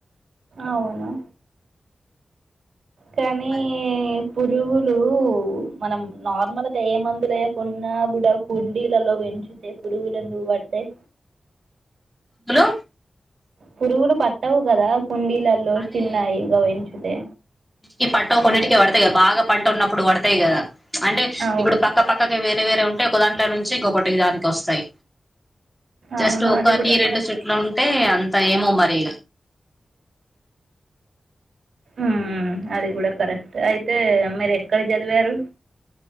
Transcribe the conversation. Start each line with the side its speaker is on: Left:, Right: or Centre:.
Right: అవును కానీ
Centre: అది
Right: పురుగులు మనం నార్మల్ గా ఏ మందు లేకున్నా కూడా కుండీలలో పెంచుతే పురుగులు ఎందుకు పడతాయి
Centre: హలో
Right: పురుగులు పట్టవు కదా కుండీలలో
Centre: అదే
Right: చిన్నాయిగ వంచుతే
Centre: ఈ పట్టవు కొన్నిటికే పడతాయి కదా బాగా పంట ఉన్నప్పుడు పడతాయి కదా అంటే
Right: అవును
Centre: ఇప్పుడు పక్క పక్కకే వేరే వేర వేరే ఉంటే ఒకదాంట్ల నుంచి ఇంకొకటి దానికి వస్తాయి జస్ట్
Right: అవును
Centre: ఒకటి
Right: అది కూడా
Centre: రెండు
Right: కరెక్ట్
Centre: చెట్లు ఉంటే అం సైమో ఏమో మరి
Right: ఉమ్ అది కూడా కరెక్ట్ అయితే మీరు ఎక్కడ చదివారు